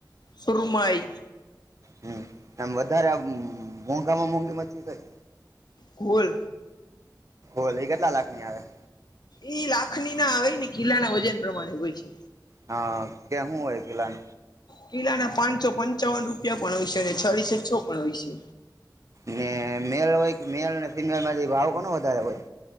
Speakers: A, on the left; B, on the right.
A: સુરમઈ
B: હમમ આમ વધારે આ અમમ મોંઘામાં મોંઘી માછી કઈ
A: ગુલ
B: હોલી કેટલા લાખની આવે
A: એ લાખની ના આવે ને કિલ્લા ના વજન પ્રમાણે હોય છે
B: હા કેહ હોય ગન
A: કિલ્લાના પાંચસો પંચાવન રૂપિયા પણ હોય છે અને છળસો છ પણ હોય છે
B: ને મેલ હોય કે મેલ ને ફિમેલ માંથી ભાવ કોણ વધારે હોય